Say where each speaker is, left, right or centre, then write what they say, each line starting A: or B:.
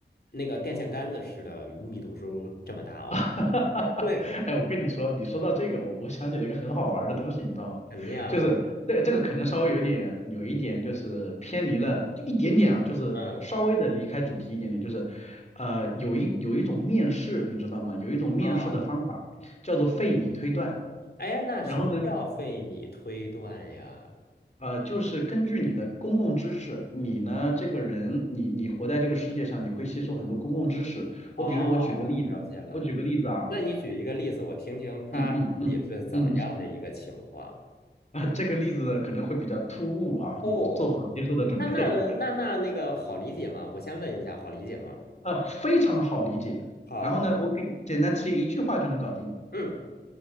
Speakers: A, on the left (about 60°); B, on the left (about 40°).
A: 那个电线杆子似的，密度是这么大哦。
B: <laughs> 哈哈哈！
A: 对，
B: 哎，我跟你说，你说到这个，我我想起了一个很好玩儿的东西，你知道吗？
A: 什么呀？
B: 就是这这个可能稍微有点有一点就是偏离了，就一点点啊，就是稍微的离开主题一点点，
A: 嗯
B: 就是呃有一有一种面试，你知道吗？有一种面试的方法叫做费米推断，
A: 啊，哎，那什么叫费米推断呀？
B: 然后呢，呃就是根据你的公共知识，你呢这个人，你你活在这个世界上，你会吸收很多公共知识。
A: 哦，
B: 我比如我举个例子，
A: 了解了。
B: 我举个例子啊，
A: 那你举一个例子，我听听他到底是怎么样的一个情况？
B: 嗯嗯嗯嗯。嗯 <laughs> 啊，这个例子可能会比较突兀啊，
A: 哦，
B: 你做好接受的准备。
A: 那那那那那个好理解吗？我先问一下，好理解吗？
B: <laughs> 啊，非常好理解。
A: 好，
B: 然后呢，我给简单直接一句话就能搞定。
A: 嗯